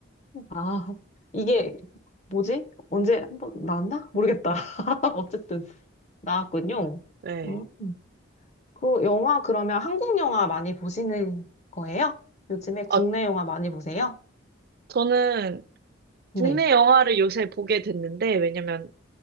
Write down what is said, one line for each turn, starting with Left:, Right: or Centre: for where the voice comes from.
Left: 아, 이게, 뭐지? 언제 한번 나왔나? 모르겠다. <laughs> 어쨌든, 나왔군요.
Right: 어, 네.
Left: 음. 그 영화 그러면 한국 영화 많이 보시는 거예요? 요즘에 국내
Right: 아,
Left: 영화 많이 보세요?
Right: 저는
Left: 네.
Right: 국내 영화를 요새 보게 됐는데, 왜냐면